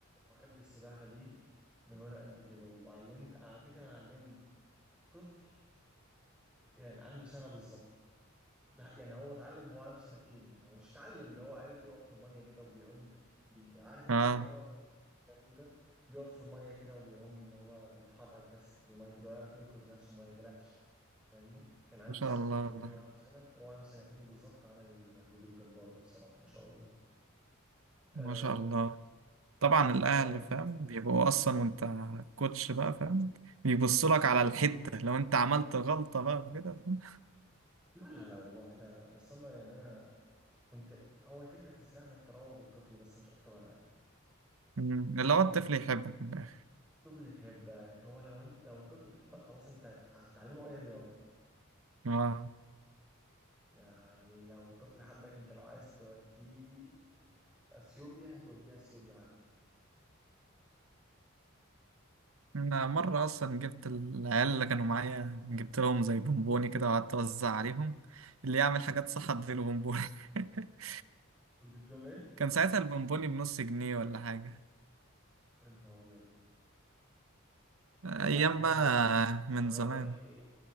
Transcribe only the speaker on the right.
آه
ما شاء
الله
والله
ما شاء الله طبعا الأهل
فاهم بيبقوا أصلا وأنت كوتش بقى فاهم بيبصوا
لك
على الحتة لو أنت عملت غلطة بقى وكده فاهم؟
مم.
اللي هو الطفل يحبك من الآخر
آه
أنا مرة أصلا جبت العيال اللي كانوا معايا جبت لهم زي بونبوني كده وقعدت أوزع عليهم اللي يعمل حاجات صح أديله بونبوني <laughs>
كان ساعتها البونبوني بنص جنيه ولا حاجة
أيام
بقى
من
زمان